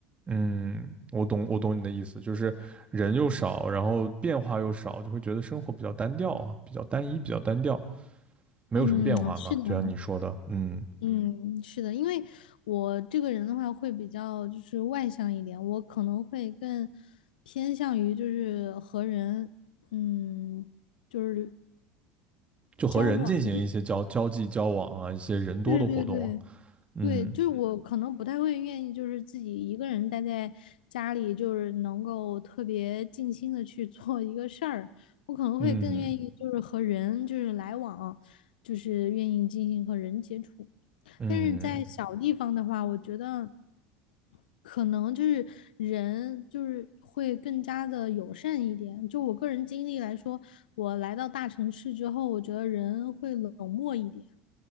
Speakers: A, on the right; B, on the left.
A: 嗯，我懂，我懂你的意思，就是人又少，然后变化又少，就会觉得生活比较单调啊，比较单一，比较单调，没有什么变化嘛。
B: 嗯，是的。
A: 就像你说的，嗯，
B: 嗯，是的，因为我这个人的话会比较就是外向一点，我可能会更偏向于就是和人，嗯，就是
A: 就和人进行一些交交际交往啊，
B: 交往。
A: 一些人多的活动啊。
B: 对对对对
A: 嗯
B: 对，就是我可能不太会愿意就是自己一个人待在家里，就是能够特别静心的去做一个事儿，我可能会更愿意就是和人就是来往，
A: 嗯
B: 就是愿意进行和人接触。
A: 嗯，
B: 但是在小地方的话，我觉得可能就是人就是会更加的友善一点。就我个人经历来说，我来到大城市之后，我觉得人会冷漠一点。